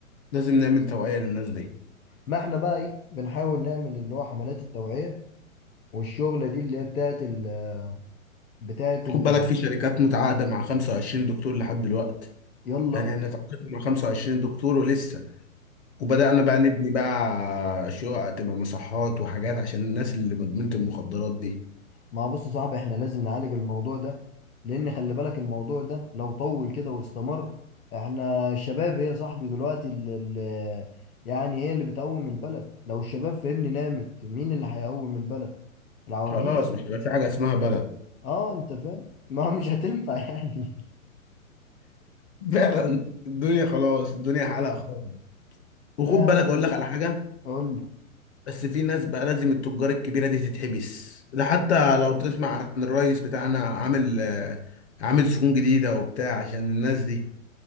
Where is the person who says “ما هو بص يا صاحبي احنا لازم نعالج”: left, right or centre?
Left